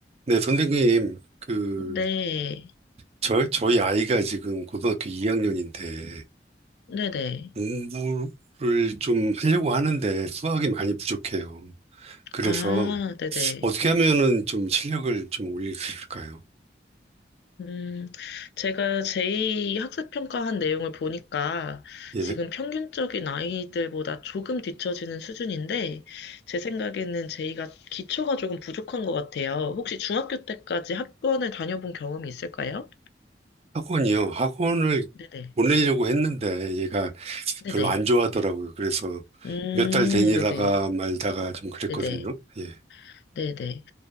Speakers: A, on the right; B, on the left.
A: 네, 선생님, 그,
B: 네,
A: 저, 저희 아이가 지금 고등학교 2학년인데,
B: 네네.
A: 공부를 좀 하려고 하는데 수학이 많이 부족해요. 그래서
B: 아, 네네.
A: 어떻게 하면은 좀 실력을 좀 올릴 수 있을까요?
B: 음, 제가 제2학습평가한 내용을 보니까
A: 예.
B: 지금 평균적인 아이들보다 조금 뒤처지는 수준인데, 제 생각에는 제2가 기초가 조금 부족한 것 같아요. 혹시 중학교 때까지 학원을 다녀본 경험이 있을까요?
A: 학원이요. 학원을
B: 네네.
A: 보내려고 했는데 얘가
B: 네네.
A: 별로 안 좋아하더라고요. 그래서
B: 음,
A: 몇 달 다니다가
B: 네네.
A: 말다가 좀 그랬거든요.
B: 네네.
A: 예.
B: 네네.